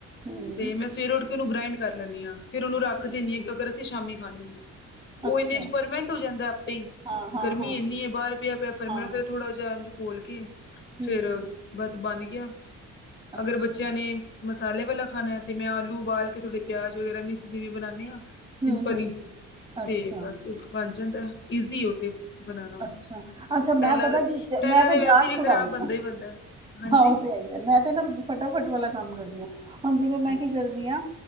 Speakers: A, on the right; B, on the left.
A: ਹੂੰ
B: ਤੇ ਮੈਂ ਸਵੇਰੇ ਉਠ ਕੇ ਉਹਨੂੰ ਗ੍ਰਾਇੰਡ ਕਰ ਲੈਂਦੀ ਹਾਂ। ਫਿਰ ਉਹਨੂੰ ਰੱਖ
A: ਠੀਕ
B: ਦਿੰਦੀ ਹਾਂ
A: ਹੈ
B: ਕਿ ਅਗਰ ਅਸੀਂ ਸ਼ਾਮੀ ਖਾਣੇ ਨੇ। ਉਹ
A: ਅੱਛਾ
B: ਇੰਨੇ ਫਰਮੈਂਟ ਹੋ ਜਾਂਦਾ ਆਪੇ ਹੀ
A: ਹਾਂ ਹਾਂ
B: ਗਰਮੀ
A: ਹਾਂ
B: ਇੰਨੀ
A: ਹਾਂ
B: ਹੈ। ਬਾਹਰ ਪਿਆ, ਪਿਆ ਫਰਮੈਂਟ
A: ਹਾਂ
B: ਫਿਰ ਥੋੜਾ ਜਿਹਾ ਖੋਲ ਕੇ
A: ਹੂੰ
B: ਫੇਰ ਬਸ ਬੰਨ ਗਿਆ।
A: ਅੱਛਾ
B: ਅਗਰ ਬੱਚਿਆਂ ਨੇ ਮਸਾਲੇ ਵਾਲਾ ਖਾਣਾ ਤੇ ਮੈਂ ਆਲੂ ਉਬਾਲ ਕੇ, ਥੋੜੇ ਪਿਆਜ ਵਗੈਰਾ ਮਿਸ ਜਿਵੇਂ ਬਣਾਉਂਦੇ ਹਾਂ।
A: ਹੂੰ
B: ਸਿੰਪਲ
A: ਹੂੰ
B: ਹੀ
A: ਹੂੰ।
B: ਤੇ
A: ਅੱਛਾ
B: ਬਸ ਬਣ ਜਾਂਦਾ ਈਜ਼ੀ ਓ ਬਣਾਣਾ
A: ਅੱਛਾ ਅੱਛਾ
B: ਪਹਿਲਾਂ
A: ਮੈਂ ਪਤਾ
B: ਤੇ,
A: ਕੀ ਜ-
B: ਪਹਿਲਾਂ
A: ਮੈਂ ਤੇ
B: ਤਾਂ ਵੈਸੇ
A: ਜਾਣ
B: ਵੀ
A: ਛੁਡਾਨੀ
B: ਖ਼ਰਾਬ ਬਣਦਾ
A: ਆ
B: ਹੀ ਬਣਦਾ ਹਾਂਜੀ
A: ਹਾਂ, ਉਹ ਤੇ ਹੈ ਹੀ ਆ। ਮੈਂ ਤੇ ਨਾ ਫਟਾਫਟ ਵਾਲਾ ਕੰਮ ਕਰਦੀ ਹਾਂ, ਹੁਣ ਜਿਵੇਂ-ਮੈਂ
B: ਅੱਛਾ
A: ਕੀ ਕਰਦੀ ਹਾਂ।